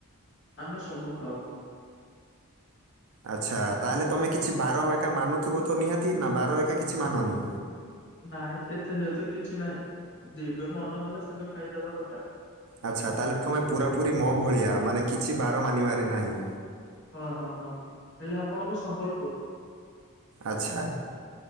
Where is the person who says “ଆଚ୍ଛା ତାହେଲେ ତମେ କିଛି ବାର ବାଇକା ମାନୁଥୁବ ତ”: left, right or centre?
Right